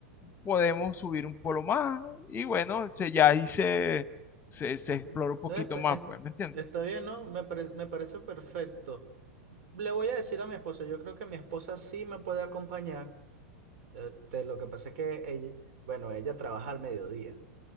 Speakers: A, on the left; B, on the right.
A: podemos subir un polo más y bueno, se, ya ahí se, se, se explora
B: Mm,
A: un poquito
B: Este,
A: más,
B: es-
A: pues, ¿me entiendes?
B: está bien, ¿no? Me, pare- me parece perfecto. Le voy a decir a mi esposa, yo creo que mi esposa sí me puede acompañar. Eh, te- lo que pasa es que ella, bueno, ella trabaja al mediodía.